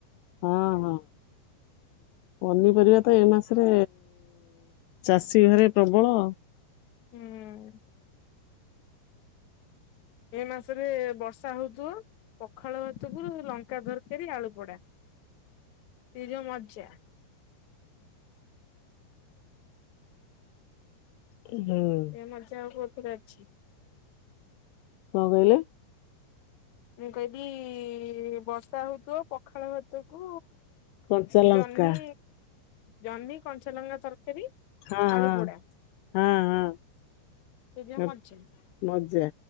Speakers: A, on the left; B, on the left.
A: ହଁ ହଁ ପନିପରିବାତ ଏମାସରେ ଚାଷୀ ଘରେ ପ୍ରବଳ।
B: ହୁଁ। ଏମାସରେ ବର୍ଷା ହଉଥିବ? ପଖାଳ ଭାତକୁରୁ ଲଙ୍କା ତରକାରୀ ଆଳୁ ପଡ଼ା ସେଯୋଉ ମଜା
A: ହୁଁ।
B: ସେମଜା ଆଉ କୋଉଥିରେ ଅଛି।
A: କଁ କହିଲେ?
B: ମୁ କହିଲି ବର୍ଷା ହଉଥିବ ପଖାଳ ଭାତକୁ
A: କଞ୍ଚା ଲଙ୍କା
B: ଜହ୍ନି ଜହ୍ନି କଞ୍ଚାଲଙ୍କା ତରକାରୀ
A: ହଁ
B: ଆଳୁ ପୋଡ଼ା
A: ହଁ ହଁ
B: ସେଜଉ
A: ହଁ
B: ମାଜା।
A: ମଜା